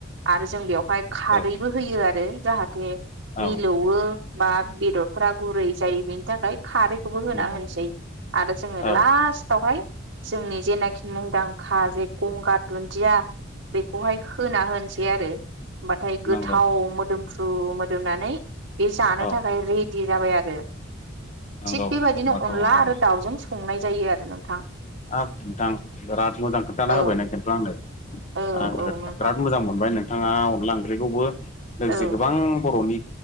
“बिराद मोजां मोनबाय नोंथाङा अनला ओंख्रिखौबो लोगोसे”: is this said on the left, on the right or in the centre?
Left